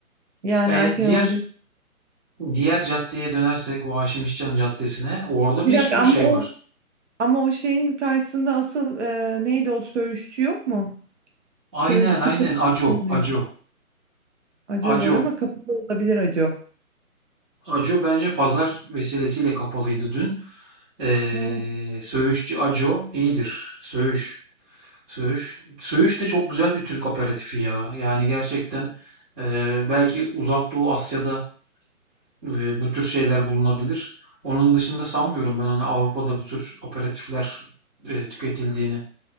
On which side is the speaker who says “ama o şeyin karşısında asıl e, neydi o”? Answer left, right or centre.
Right